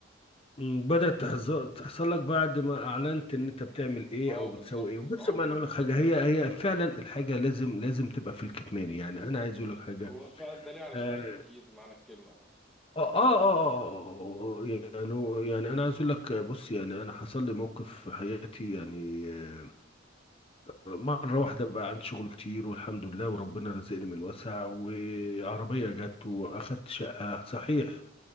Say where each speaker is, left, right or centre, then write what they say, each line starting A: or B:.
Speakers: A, on the left; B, in the centre.
A: مم. بدأت تحظ- تحصل لك بعد ما اعلنت ان انت بتعمل ايه
B: اه
A: او
B: بالظبط
A: بتسوي ايه بص
B: اه
A: ما انا اقول لك حاجه هي هي فعلا الحاجه لازم لازم تبقى في الكتمان يعني انا عايز اقول لك حاجه
B: هو فعل ده ليه على
A: آه
B: شمعتك تقيد بمعنى الكلمة فاهم
A: آه آه آه آه، آه، آه، يعني يعني أنا عايز أقول لك بص يعني أنا حصل لي موقف في حياتي يعني آه، مرة واحدة بقى عندي شغل كتير والحمد لله وربنا رزقني من وسع وعربية جت وأخدت شقة صحيح